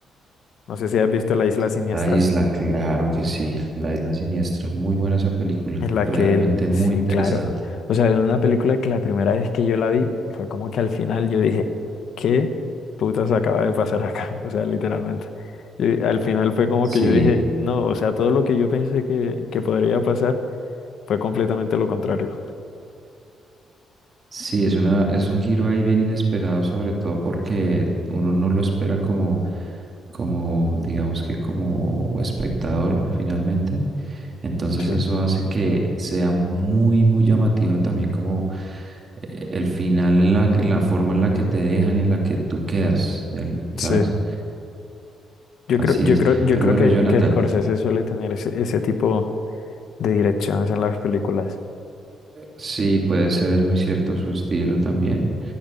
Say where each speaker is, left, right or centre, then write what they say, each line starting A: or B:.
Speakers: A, on the left; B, on the right.
A: no sé si has visto La Isla Siniestra.
B: La isla, claro que sí, La isla siniestra. Muy buena esa película,
A: En la
B: realmente
A: que él,
B: muy
A: sí,
B: interesante.
A: claro. O sea, es una película que la primera vez que yo la vi fue como que al final yo dije, ¿qué putas acaba de pasar acá? <laughs> O sea, literalmente. Y al final fue como
B: Sí,
A: que yo dije, no, o sea, todo lo que yo pensé que, que podría pasar fue completamente lo contrario.
B: Sí, es una, es un giro ahí bien inesperado, sobre todo porque uno no lo espera como, como, digamos que como espectador finalmente. Entonces
A: Sí,
B: eso hace que sea muy, muy llamativa también como eh, el final en la, en la forma en la que te dejan y en la que tú quedas, del-
A: sí.
B: ¿sabes?
A: Yo
B: Así
A: creo, yo
B: es.
A: creo, yo
B: Pero
A: creo
B: bueno,
A: que,
B: Jonathan.
A: que Scorsese suele tener ese, ese tipo de direcciones en las películas.
B: Sí, puede ser, es muy cierto su estilo también.